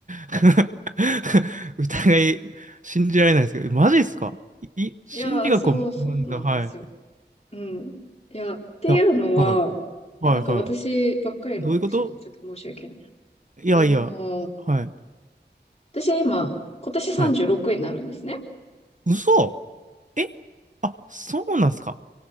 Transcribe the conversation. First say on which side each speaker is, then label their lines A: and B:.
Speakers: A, on the right (about 45°); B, on the left (about 35°).
A: <laughs> 疑い、信じられないですけど、えマジですかい、心理学を学んだ、
B: いや、そう、そうなんですよ。
A: はい。い
B: うん。いや、っていうのは、
A: や、はい、はい、
B: いや、なんか私ばっかりの話でもちょっと申し訳ない。
A: はい。どういうこといやいや、
B: あのー
A: はい、
B: 私今、今年36になるんですね。
A: はい。嘘えあ、そうなんですか